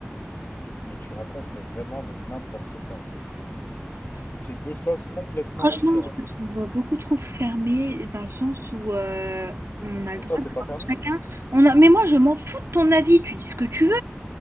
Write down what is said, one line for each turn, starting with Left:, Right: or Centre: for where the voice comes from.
Left: Mais tu racontes, mais vraiment, mais n'importe quoi en fait. Enfin, c'est deux choses complètement
Right: Franchement,
Left: différentes.
Right: je te trouve beaucoup trop fermée dans le sens où euh, on a le
Left: Mais
Right: droit
Left: toi,
Right: d'avoir
Left: t'es pas fermé?
Right: chacun. On a... Mais moi, je m'en fous de ton avis. Tu dis ce que tu veux.